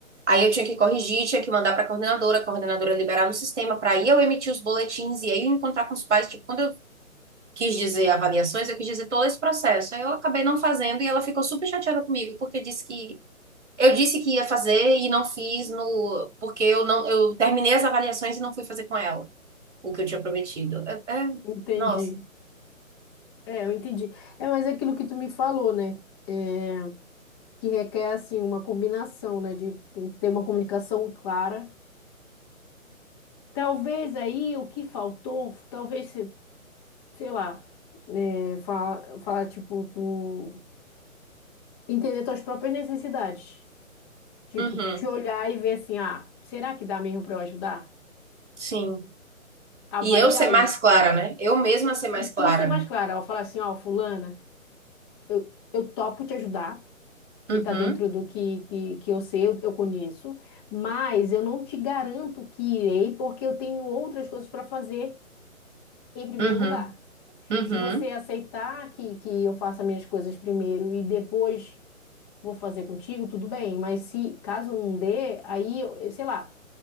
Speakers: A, on the right (about 55°); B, on the left (about 20°).
A: Aí eu tinha que corrigir, tinha que mandar para a coordenadora, a coordenadora liberar no sistema para aí eu emitir os boletins e aí eu encontrar com os pais. Tipo, quando eu quis dizer avaliações, eu quis dizer todo esse processo. Aí eu acabei não fazendo e ela ficou super chateada comigo, porque disse que eu disse que ia fazer e não fiz no porque eu não eu terminei as avaliações e não fui fazer com ela o que eu tinha prometido. É, é-
B: Entendi.
A: nossa.
B: É, eu entendi. É, mas é aquilo que tu me falou, né? É, que requer, assim, uma combinação, né? De tem que ter uma comunicação clara. Talvez aí o que faltou, talvez, se- sei lá, é, falar, falar, tipo, tu entender tuas próprias necessidades. Tipo,
A: Uhum.
B: tu te olhar e ver assim, ah, será que dá mesmo pra eu ajudar?
A: Sim.
B: Avaliar
A: E eu ser mais
B: isso.
A: clara, né? Eu mesma ser mais
B: E tu
A: clara.
B: ser mais clara, ó, falar assim, ó, fulana, eu, eu topo te ajudar. que
A: Uhum,
B: está dentro do que, que, que eu sei, eu, eu conheço, mas eu não te garanto que irei, porque eu tenho outras coisas para fazer em primeiro
A: uhum,
B: lugar.
A: uhum,
B: Se você aceitar que, que eu faça minhas coisas primeiro e depois vou fazer contigo, tudo bem, mas se caso não dê, aí, eu, eu sei lá,